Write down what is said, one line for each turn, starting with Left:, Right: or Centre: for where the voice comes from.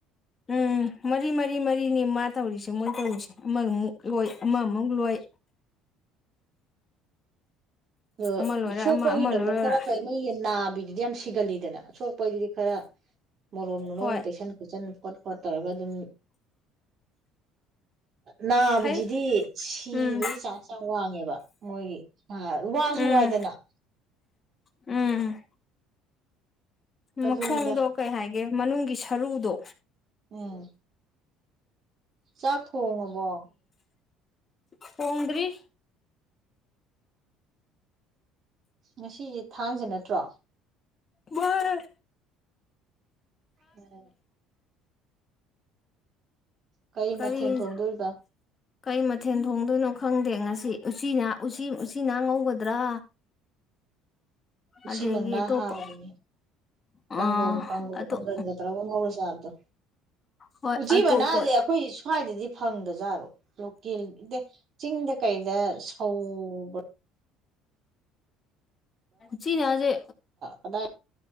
Left: ꯎꯝ ꯃꯔꯤ ꯃꯔꯤ ꯃꯔꯤꯅꯤ ꯃꯥ ꯇꯧꯔꯤꯁꯦ ꯃꯣꯏ ꯇꯧꯔꯤꯁꯦ ꯑꯃꯃꯨꯛ ꯂꯣꯏ ꯑꯃꯃꯨꯛ ꯂꯣꯏ
Right: ꯑꯣ
Left: ꯑꯃ ꯂꯣꯏꯔ
Right: ꯁꯣꯛꯄꯒꯤꯅ
Left: ꯑꯃ ꯑꯃ ꯂꯣꯏꯔ
Right: ꯑꯃꯨꯛ ꯈꯔ ꯐꯩꯉꯩꯒꯤ ꯅꯥꯕꯤꯗ ꯑꯗꯨꯗꯤ ꯌꯥꯝ ꯁꯤꯒꯜꯂꯤꯗꯅ ꯁꯣ ꯄꯣꯏꯗꯨꯗꯤ ꯈꯔ ꯃꯣꯂꯣꯝ ꯨꯂꯣꯝ
Left: ꯍꯣꯏ
Right: ꯇꯩꯁꯟ ꯈꯣꯠꯆꯟ ꯈꯣꯠ ꯈꯣꯠ ꯇꯧꯔꯒ ꯑꯗꯨꯝ ꯅꯥꯕꯤꯖꯤꯗꯤ
Left: ꯐꯩ
Right: ꯁꯤꯕꯒꯤ
Left: ꯎꯝ
Right: ꯆꯥꯟꯁ ꯌꯥꯝ ꯋꯥꯡꯉꯦꯕ ꯃꯣꯏꯒꯤ ꯋꯥꯁꯨ
Left: ꯎꯝ
Right: ꯋꯥꯏꯗꯅ
Left: ꯎꯝ
Right: ꯑꯗꯨꯅꯤꯗ
Left: ꯃꯈꯣꯡꯗꯣ ꯀꯩ ꯍꯥꯏꯒꯦ ꯃꯅꯨꯡꯒꯤ ꯁꯔꯨꯗꯣ
Right: ꯎꯝ ꯆꯥꯛ ꯊꯣꯡꯉꯕꯣ
Left: ꯄꯣꯡꯗꯔꯤ
Right: ꯉꯁꯤꯁꯦ ꯊꯥꯡꯁꯦ ꯅꯠꯇ꯭ꯔꯣ
Left: ꯃꯔꯔ
Right: ꯑꯣ ꯀꯩ
Left: ꯀꯔꯤ
Right: ꯃꯊꯦꯜ ꯊꯣꯡꯗꯣꯔꯤꯕ
Left: ꯀꯩ ꯃꯊꯦꯜ ꯊꯣꯡꯗꯣꯏꯅꯣ ꯈꯪꯗꯦ ꯉꯁꯤ ꯎꯆꯤꯅ ꯎꯆꯤ ꯎꯆ ꯆꯤꯅꯥ ꯉꯧꯒꯗ꯭ꯔꯥ
Right: ꯎꯆꯤ
Left: ꯑꯗꯒꯤ
Right: ꯃꯅꯥ
Left: ꯑꯇꯣꯞꯄ
Right: ꯍꯥꯎꯦ
Left: ꯑꯥ
Right: ꯀꯥꯡꯒꯧ ꯀꯥꯡꯒꯧ
Left: ꯑꯇꯣꯞ
Right: ꯀꯥꯡꯒꯟꯒꯗ꯭ꯔꯥꯒ ꯉꯧꯔ ꯆꯥꯕꯗꯣ
Left: ꯍꯣꯏ
Right: ꯎꯆꯤ
Left: ꯑꯇꯣꯞꯄ
Right: ꯃꯅꯥꯁꯦ ꯑꯩꯈꯣꯏ ꯁ꯭ꯋꯥꯏꯗꯗꯤ ꯐꯪꯗꯖꯥꯠꯔꯣ ꯂꯣꯀꯦꯜꯗ ꯆꯤꯡꯗ ꯀꯩꯗ ꯁꯧꯕ
Left: ꯁꯤꯤꯅꯦ ꯑꯖꯤꯦ
Right: ꯀꯗꯥꯏ